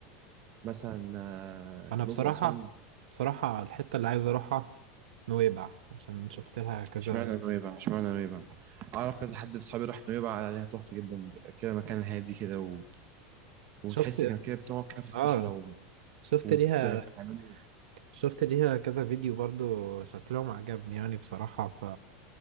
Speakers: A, on the right; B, on the right.
A: مثلا آه،
B: انا
A: الاقصر
B: بصراحة
A: اسوان
B: بصراحة الحتة اللي عايز اروحها نويبع عشان شفت لها كذا
A: اشمعنى نويبع اشمعنى نويبع اعرف كذا حد في صحابي راح نويبع قال عليها تحفه جدا كده مكان هادي كده و... وبتحس
B: شفت
A: كان كده بتقعد كده في الصحراء
B: اه
A: و...
B: شفت
A: وبتعملوا
B: ليها شفت ليها كذا فيديو برضو شكلهم عجبني يعني بصراحة ف